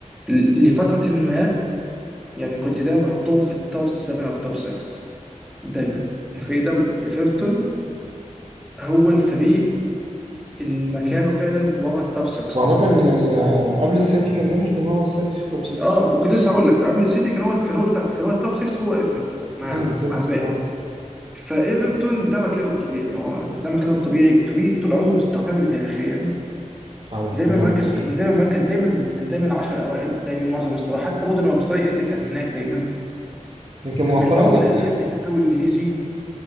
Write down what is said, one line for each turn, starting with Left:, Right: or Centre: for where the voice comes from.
Centre: ل- لفتره ما يعني كنت دايما بحطهم في التوب 7 او التوب 6 دايما الفريق ده ايفرتون هو الفريق اللي مكانه فعلا ورا التوب 6
Right: وعامة
Centre: بالظبط
Right: يعني آم، قبل السيتي كان ايفرتون هو السادس في التوب 6
Centre: اه وكنت لسه هقول لك قبل السيتي كان هو كان هو بتاع كان هو التوب 6 هو ايفرتون معاهم
Right: امم بالظبط
Centre: مع الباقي
Right: اه
Centre: فايفرتون ده مكانه الطبيعي يعني هو ده مكانه الطبيعي فريق طول عمره مستقر تاريخيا
Right: يعني
Centre: دايما
Right: ما بيهبطوش
Centre: مركز دايما مركز دايما من دايما العشر الاوائل دايما معظم مستواه حتى برضه لما مستواه يقل كان هناك دايما
Right: يمكن مؤخرا
Centre: من اول
Right: لا
Centre: الانديه
Right: يعني
Centre: في تاريخ الدوري الانجليزي